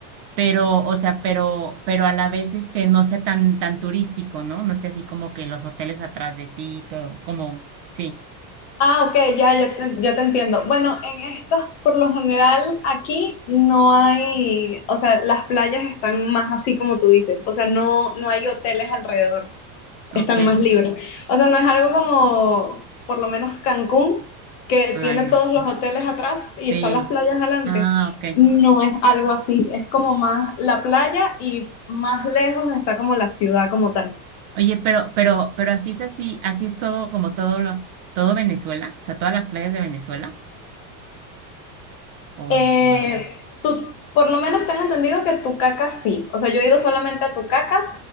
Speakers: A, on the right (about 60°); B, on the left (about 40°).
A: pero, o sea, pero, pero a la vez este no sea tan, tan turístico, ¿no? No esté así como que los hoteles atrás de ti y todo, como, sí,
B: Ah, ok, ya, ya te, ya te entiendo. Bueno, en estas, por lo general, aquí no hay, o sea, las playas están más así como tú dices, o sea, no, no hay hoteles alrededor, están
A: ok,
B: más libres. O sea, no es algo como, por lo menos Cancún, que
A: ay
B: tiene
A: no,
B: todos los
A: eh,
B: hoteles atrás y
A: sí,
B: están las playas adelante.
A: ah, ok.
B: No es algo así, es como más la playa y más lejos está como la ciudad como tal.
A: Oye, pero, pero, pero así es así, así es todo, como todo lo, todo Venezuela, o sea, todas las playas de Venezuela, o
B: Eh,
A: n- no,
B: tú, por lo menos tengo entendido que Tucacas sí. O sea, yo he ido solamente a Tucacas,